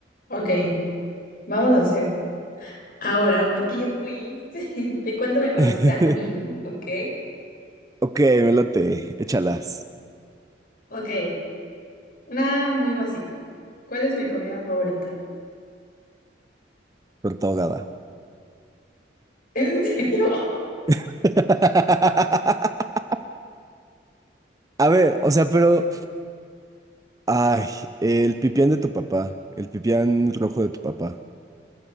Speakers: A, on the left; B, on the right.
A: Ok, vamos a hacer ahora un pequeño quiz <laughs> de cuánto me conoces
B: <laughs>
A: a mí, ¿ok?
B: Ok, me late, échalas,
A: Ok, una muy básica. ¿Cuál es mi comida favorita?
B: torta ahogada.
A: <laughs> ¿En serio?
B: <laughs> A ver, o sea, pero, ay, el pipián de tu papá, el pipián rojo de tu papá,